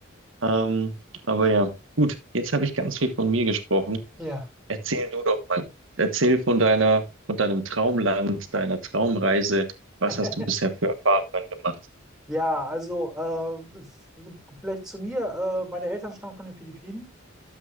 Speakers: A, on the right (about 70°); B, in the centre.
A: Ähm, aber ja, gut, jetzt habe ich ganz viel von mir gesprochen.
B: Ja.
A: Erzähl du doch mal. Erzähl von deiner, von deinem Traumland, deiner Traumreise. Was
B: <laughs>
A: hast du bisher für Erfahrungen gemacht?
B: Ja, also äh, f- vielleicht zu mir. Äh, meine Eltern stammen von den Philippinen.